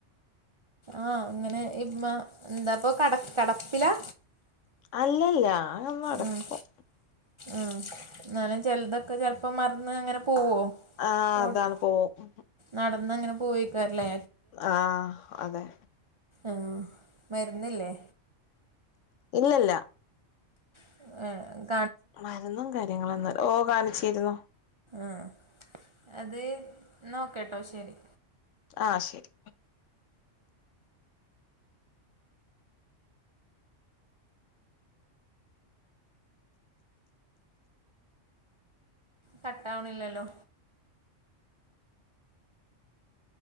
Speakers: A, on the right; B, on the left.
A: ആഹ് ഇങ്ങനെഇമ്മ എന്താപ്പൊ കട കടപ്പിലാ?
B: അല്ലല്ല അതൊന്നും നടക്കും
A: ആഹ് ആഹ് ന്നാലും ചെൽതൊക്കെ ചെൽപ്പം മറന്ന് അങ്ങനെ പോവോ?
B: ആഹ്
A: റോട്ട്
B: അതാണ് പോവും
A: നടന്നങ്ങനെ പോവേക്കാരല്ലേ
B: ആഹ് അതെ
A: ആ മര്ന്നില്ലേ?
B: ഇല്ലല്ല
A: ഏഹ്
B: മരുന്നും കാര്യങ്ങളൊന്നു ഓഹ് കാണിച്ചിരുന്നു
A: ആഹ് അതേ ന്നാ ഓകേട്ടോ ശെരി
B: ആഹ് ശെരി
A: കട്ടാവ്ണില്ലല്ലോ.